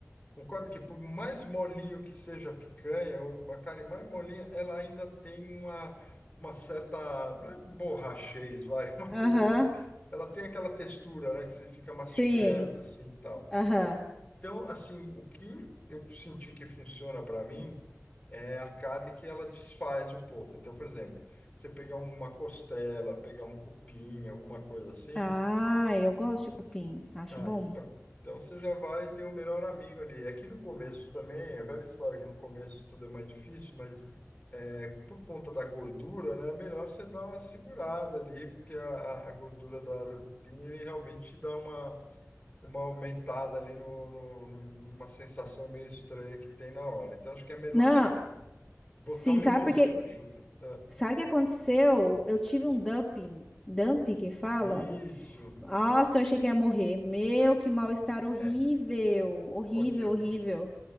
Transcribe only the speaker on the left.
Concorda que por mais molinho que seja a picanha, ou a carne mais molinha, ela ainda tem uma, uma certa, não é borrachez, vai, <laughs> uma coisa
assim, ela tem aquela textura, né, que você fica mastigando,
assim, e tal.
Então, assim, o que eu senti que funciona para mim é a carne que ela desfaz um pouco. Então, por exemplo, você pegar uma costela, pegar um cupim, alguma coisa assim,
Aí,
pronto. Então você já vai ter o melhor amigo ali. Aqui no começo também, é velha história que no começo tudo é mais difícil, mas é, por conta da gordura, né, é melhor você dar uma segurada ali, porque a, a a gordura da, da cupinha ele realmente te dá uma, uma aumentada ali no, no- numa sensação meio estranha que tem na hora. Então acho que é melhor
você botar
um
limãozinho
ajuda. né?
Isso.
Puta,
É,
aconteceu
comigo.